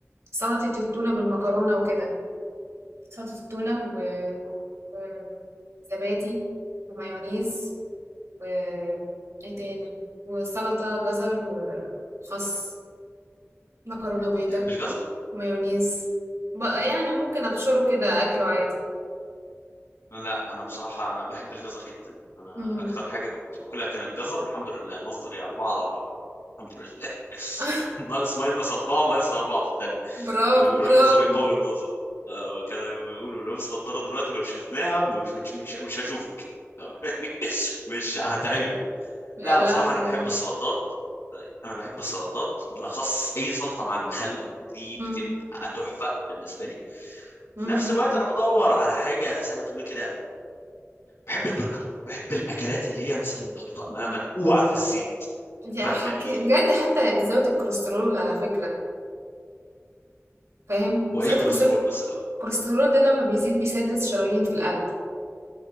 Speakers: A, on the right; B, on the left.
A: سلطة التونة بالمكرونة وكده سلطة التونة و... و- وزبادي ومايونيز و ايه تاني وسلطة جزر وخس مكرونة بيضة
B: تحب الجزر
A: مايونيز بقى يعني ممكن ابشره كده اكله عادي
B: لا انا بصراحه انا بحب الجزر جدا انا
A: مم.
B: اكتر حاجه كنت باكلها كان الجزر والحمد لله نظري أربعة على أربعة الحمد لله <laughs>
A: <laughs>
B: ناقص ماينس أربعة وماينس أربعة في الثانية
A: برافو
B: كانوا بيقولوا
A: برافو
B: الجزر يقوي النظر آه، كانوا بيقولوا لابس نظارة دلوقتي لو شلتناها مش مش مش, مش هشوفك <laughs> يعني مش هتعمي
A: يا
B: لا
A: لهوي
B: بصراحة أنا بحب
A: يا لهوي
B: السلطات أنا بحب السلطات بالأخص أي سلطة مع المخلل دي بتبقى
A: إمم،
B: تحفة بالنسبة لي
A: إمم،
B: في نفس
A: إمم،
B: الوقت أنا بدور على حاجة زي ما تقولي كده بحب البرجر بحب الأكلات اللي هي مثلا محطوطة منقوعة في الزيت <laughs>
A: أنتِ
B: فاهماني
A: حك بجد حتى تزود الكوليسترول على فكرة، فاهم،
B: هو
A: تزود
B: إيه الكوليسترول
A: الكوليسترول
B: بس الأول
A: الكوليسترول ده لمّا بيزيد بيسدد شرايين في القلب،